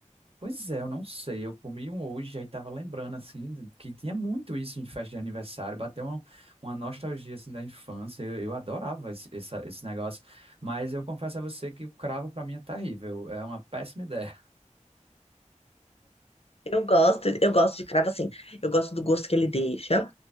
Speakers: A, on the right; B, on the left.
A: Pois é, eu não sei. Eu comi um hoje, aí tava lembrando, assim, de- que tinha muito isso em festa de aniversário. Bateu uma, uma nostalgia, assim, da infância. Eu, eu adorava esse, essa- esse negócio. Mas eu confesso a você que o cravo, pra mim, é terrível. É uma péssima <laughs> ideia.
B: Eu gosto, eu gosto de cravo assim. Eu gosto do gosto que ele deixa,